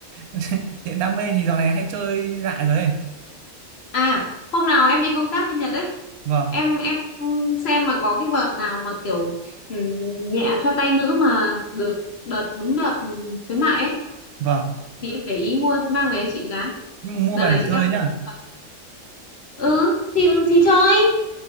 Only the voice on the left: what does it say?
À, hôm nào em đi công tác bên Nhật ấy
em em xem mà có cái vợt nào mà kiểu ừ, nhẹ cho tay nữ mà được đợt đúng đợt ừ, khuyến mại ấy
thì em để ý mua mang về cho chị một cái
đợt
này
chị
đang
muốn chơi vợt ừ thì thì chơi